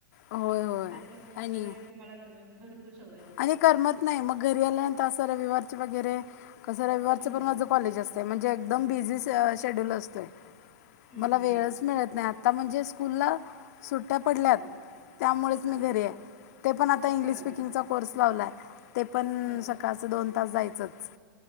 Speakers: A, on the left (about 45°); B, on the right (about 25°).
A: होय होय
B: त्याच्यामुळ
A: आणि
B: तर त्या तुम्हाला तर भरपूर सवय होत
A: आणि
B: असेल
A: करमत नाही मग घरी आल्यानं असं अता रविवार च वगैरे कस रविवारचं
B: हम्म
A: पण माझं कॉलेज असतं. ते म्हणजे एकदम बिझी से अ शेड्यूल असतय.
B: हम्म
A: मला
B: हम्म
A: वेळच मिळत नाही आ आता म्हणजे स्कूलला सुट्ट्या पडल्यात
B: हा
A: त्यामुळेच
B: हा
A: मी घरी आहे ते पण आता इंग्लिश
B: हा
A: स्पीकिंगचा पर्स लावला आहे. ते पण
B: बर
A: सकाळचं दोन तास जायचंच